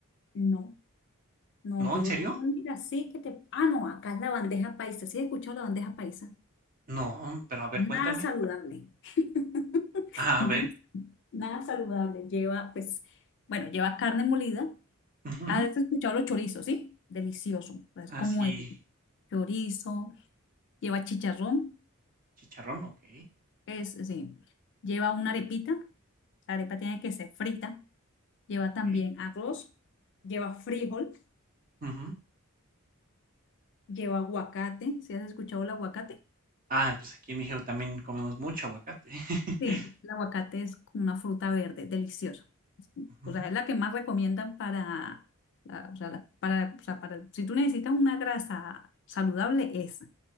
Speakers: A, on the left (about 55°); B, on the right (about 40°).
A: No. No,
B: ¿No?
A: yo
B: ¿En serio?
A: la única sí que te... Ah, no, acá es la bandeja paisa. ¿Sí has escuchado la bandeja paisa?
B: No, pero a ver,
A: Nada
B: cuéntame.
A: saludable. <laughs>
B: Ah,
A: Nada,
B: a ver.
A: nada saludable. Lleva, pues, bueno, lleva carne molida.
B: Ujú.
A: Has escuchado los chorizos, ¿sí? Delicioso. Es como
B: Así,
A: el chorizo, lleva chicharrón,
B: chicharrón, ok.
A: es, sí. Lleva una arepita. La arepa tiene que ser frita. Lleva
B: Ok.
A: también arroz, lleva frijol,
B: Ujú.
A: lleva aguacate. ¿Sí has escuchado el aguacate?
B: Ah, pues aquí en México también comemos mucho aguacate. <laughs>
A: Sí, el aguacate es como una fruta verde, deliciosa. Es-
B: Ujú,
A: O sea, es la que más recomiendan para, la- o sea, la- para, o sea, para, si tú necesitas una grasa saludable, esa.